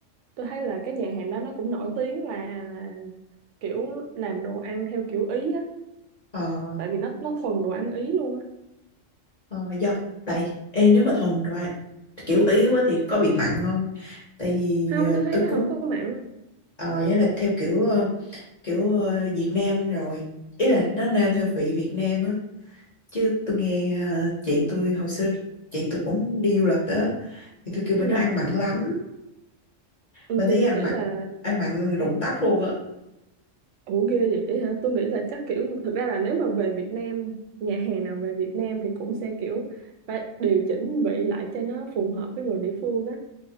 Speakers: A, on the right; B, on the left.
A: tôi thấy là cái nhà hàng đó nó cũng nổi tiếng là là kiểu làm đồ ăn theo kiểu Ý á
B: Ờ,
A: tại vì nó nó thuần đồ ăn Ý luôn á
B: ờ, do tại em nếu mà thuần rồi ạ, kiểu ý quá thì có bị mặn không? Tại vì
A: không
B: ờ,
A: tôi thấy
B: tôi
A: nó
B: cũng
A: không có mặn
B: ờ với là theo kiểu ờ, kiểu ờ, Việt Nam rồi. Ý là nó nêm theo vị Việt Nam á chứ tôi nghe ờ, chị tôi hồi xưa chị tôi cũng đi du lịch á thì tôi kêu bên
A: ừ.
B: đó ăn mặn lắm.
A: ừ
B: Bên đấy
A: thì tôi
B: ăn
A: nghĩ
B: mặn
A: là
B: ăn mặn rụng tóc luôn á.
A: ủa ghê vậy hả tôi nghĩ là chắc kiểu thực ra là nếu mà về Việt Nam nhà hàng nào về Việt Nam thì cũng sẽ kiểu phải điều chỉnh vị lại cho nó phù hợp với người địa phương á